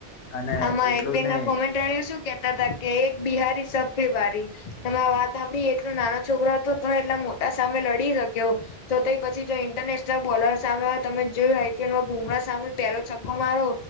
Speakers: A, on the left; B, on the left.
A: અને
B: આમાં
A: એટલું
B: આઈપીએલ
A: જ નહી
B: ના કોમેન્ટ રણ્યું શું કેતા હતા કે એક બિહારી સબ ને ભારી તમે વાત આપી એટલો નાનો છોકરો હતો તો એટલા મોટા સામે લડી શક્યો તો તે પછી જો ઇન્ટરનેશનલ બોલર સામે તમે જોયું આઈપીએલમાં હ સામે પેલો છ્કો મારો